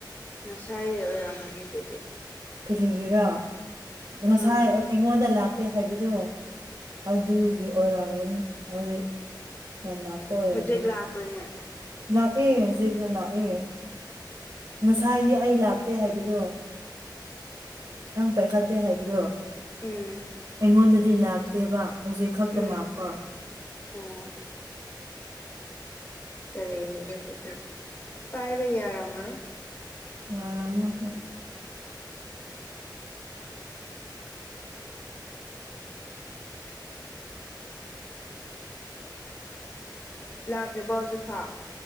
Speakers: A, on the left; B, on the right.
A: ꯉꯁꯥꯏ ꯑꯣꯏꯔꯝꯒꯅꯤ ꯑꯗꯨꯗꯤ
B: ꯀꯔꯤꯒꯤꯔꯥ ꯉꯁꯥꯏ
A: ꯈꯪꯗꯦ
B: ꯑꯩꯉꯣꯟꯗ ꯆꯛꯇꯦ ꯍꯥꯏꯕꯗꯣ ꯑꯗꯨꯒꯤ ꯑꯣꯏꯔꯝꯒꯅꯤ ꯍꯧꯖꯤꯛ ꯅ ꯂꯥꯛꯄ ꯑꯣꯏꯔꯝꯒꯅꯤ
A: ꯍꯧꯖꯤꯛ ꯂꯥꯛꯄ꯭ꯔꯅꯦ
B: ꯂꯥꯛꯑꯦ ꯍꯧꯖꯤꯛꯅ ꯂꯥꯛꯑꯦ ꯉꯁꯥꯏꯗꯤ ꯑꯩ ꯂꯥꯛꯇꯦ ꯍꯥꯏꯕꯗꯣ ꯅꯪ ꯄꯥꯏꯈꯥꯠꯇꯦ ꯍꯥꯏꯕꯗꯣ
A: ꯎꯝ
B: ꯑꯩꯉꯣꯟꯗꯗꯤ ꯂꯥꯛꯇꯦꯕ ꯍꯧꯖꯤꯛ ꯈꯛꯇ
A: ꯎꯝ
B: ꯂꯥꯛꯄ
A: ꯑꯣ ꯀꯔꯦ ꯑꯣꯏꯔꯦ ꯑꯗꯨꯗꯤ ꯄꯥꯏꯕ ꯌꯥꯔꯝꯃꯔꯣꯏ
B: ꯌꯥꯔꯝꯃ‌ꯣꯏ
A: ꯂꯥꯛꯈꯔꯤ ꯕꯣ ꯍꯧꯖꯤꯛ ꯐꯥꯎ